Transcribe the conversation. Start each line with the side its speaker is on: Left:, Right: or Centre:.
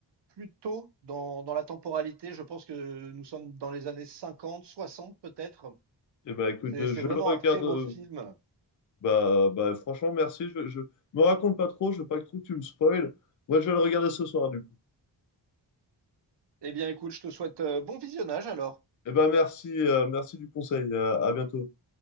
Right: plutôt dans, dans la temporalité. Je pense que nous sommes dans les années 50, 60 peut-être.
Left: Et ben écoute,
Right: C'est,
Left: je,
Right: c'est
Left: je
Right: vraiment
Left: le regarde.
Right: un très
Left: euh,
Right: beau film.
Left: Bah, bah, franchement, merci. Je, je me raconte pas trop, je veux pas que trop tu me spoil. Moi, je vais le regarder ce soir, du coup.
Right: Eh bien, écoute, je te souhaite euh, bon visionnage alors.
Left: Et ben merci, euh, merci du conseil. euh, à bientôt.